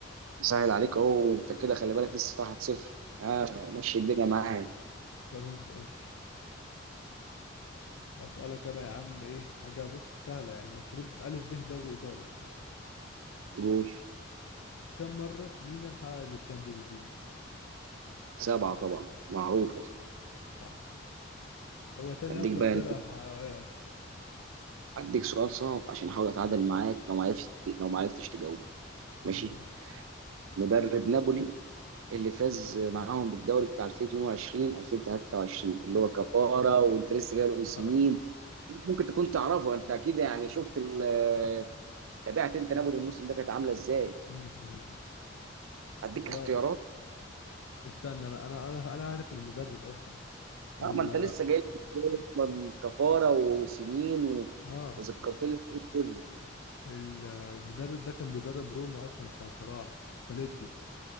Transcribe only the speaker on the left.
خلاص ماشي اسالك انا يا عم ايه حاجه بص سهله يعني المفروض الف ب دوري ايطالي
كم مره ميلان حقق التشامبيونز ليج
صح هو تاني
اكتر
فرقه محققه اصلا
<laughs> ماشي
آه.
امم امم
والله
استنى انا انا انا انا عارف المدرب اصلا ال
اه
ال- المدرب ده كان بيدرب روما اصلا ساعة صلاح سباليتي